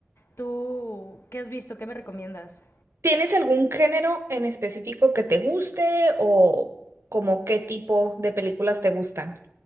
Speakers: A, on the left (about 75°); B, on the right (about 85°).
A: ¿Tú qué has visto? ¿Qué me recomiendas?
B: ¿Tienes algún género en específico que te guste o como qué tipo de películas te gustan?